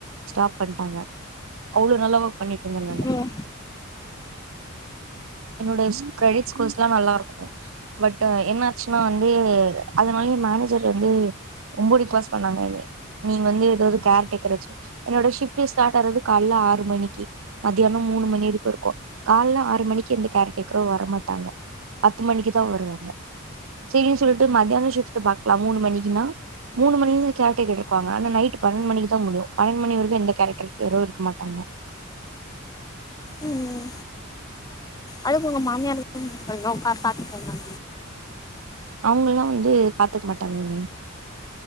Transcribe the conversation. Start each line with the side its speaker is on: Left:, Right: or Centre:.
Right: ஸ்டாப் பண்ட்டாங்க அவ்ளோ நல்லா ஒர்க் பண்ணிட்டு இருந்தேங்க அங்க
Left: ம்
Right: என்னோட ஸ்கேரெடிட் ஸ்கோர்ஸ்லா நல்லாருக்கு பட் என்னாச்சுனா வந்து அ மாயி மேனேஜர் வந்து ரொம்ப ரிக்கோஸ்ட் பண்ணாங்க என்னைய நீங்க வந்து எதாது கேர் டேக்கர் வச்சு என்னோட ஷிஃப்ட்டே ஸ்டார்ட் ஆறது கால்ல ஆறு மணிக்கு மதியானோ மூணு மணி வரைக்கு இருக்கு கால்ல ஆறு மணிக்கு எந்த கேர் டேக்கரோ வர மாட்டாங்க பத்து மணிக்கு தா வருவாங்க சேரின்னு சொல்ட்டு மத்தியான ஷிஃப்டு பாக்லா மூணு மணிக்குன்னா மூணு மணி வரைக்கு கேர் டேக்கர் இருப்பாங்க ஆனா நைட் பன்னெண்டு மணிக்குதா முடியு பன்னெண்டு மணிவரைக்கு எந்த கேரட்டருக்கரு இருக்க மாட்டாங்க
Left: ம் அதுக்கு உங்க மாமியார் <inaudible> ஒக்காந் சாப்ட்டு போங்க
Right: அவுங்கல்லா வந்து பாத்துக்க மாட்டாங்கங்க